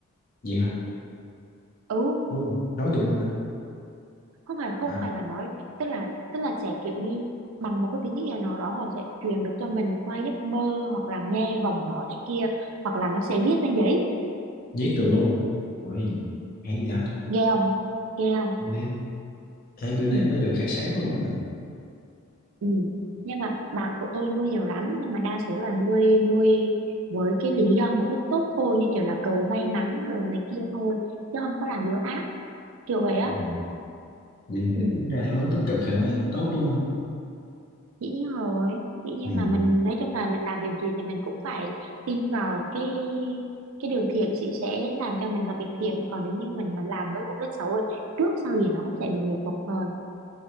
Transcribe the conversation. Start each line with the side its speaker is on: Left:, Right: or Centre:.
Left: vậy hả
Right: ừ
Left: ừ. nói được luôn hả
Right: không phải không
Left: À,
Right: phải là nói tức là tức là sẽ kiểu như bằng một cái tiếng gì nào đó họ sẽ truyền được cho mình qua giấc mơ hoặc là nghe vòng nói này kia hoặc là nó sẽ viết lên giấy
Left: Viết được luôn. Ôi, hay vậy.
Right: nghe không nghe không
Left: Ghê. thế bữa
Right: ừ.
Left: nay mới được khai sáng luôn á.
Right: Ừ. Nhưng mà bạn của tôi nuôi nhiều lắm nhưng mà đa số là nuôi nuôi với cái lý do mục đích tốt thôi như kiểu là cầu may mắn rồi này kia thôi chứ không có làm điều ác kiểu vậy á
Left: Ừ. Vậy thì
Right: ừ.
Left: tính ra theo hướng tích cực thì nó vẫn tốt đúng không?
Right: Dĩ nhiên rồi dĩ nhiên
Left: Ừ.
Right: là mình nói chung là mình làm điều gì thì mình cũng phải tin vào cái cái điều thiện sẽ sẽ làm cho mình gặp việc thiện còn nếu như mình mà làm với mục đích xấu ấy, trước sau gì nó cũng sẽ bị nghiệp phục thôi